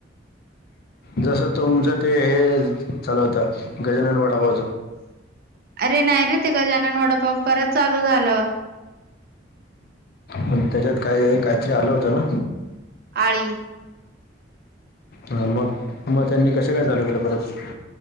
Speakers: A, on the left (about 55°); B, on the right (about 55°).
A: जस तुमचं ते हे चाल होतं गजानन वडापा
B: अरे नाही रे ते ग जनन वडापाव परत चालू झालं
A: पण त्याच्यात काही काहीतरी आलं होतं ना
B: आळी
A: हा मग मग त्यांनी कस काय चालू केलं परत